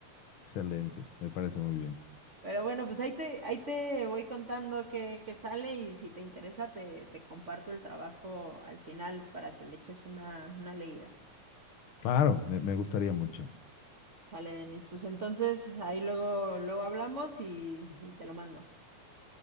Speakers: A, on the left (about 60°); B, on the right (about 35°).
A: Excelente, me parece muy bien.
B: Pero bueno, pues ahí te, ahí te voy contando qué, qué sale y si te interesa te, te comparto el trabajo al final para que le eches una, una leída.
A: Claro, me, me gustaría mucho.
B: Sale, Denis. Pues entonces ahí luego, luego hablamos y, y te lo mando.